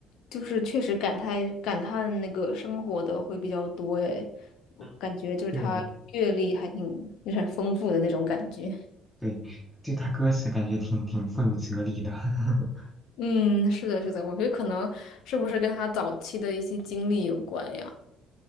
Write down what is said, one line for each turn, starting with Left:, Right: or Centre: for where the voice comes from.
Left: 就是确实感叹感叹那个生活的会比较多诶，我感觉就是他阅历还挺有点丰富的那种感觉。
Centre: 嗯，对的，对，就他歌词感觉挺挺富有哲理的。<laughs>
Left: 嗯，是的，是的，我觉得可能是不是跟他早期的一些经历有关呀？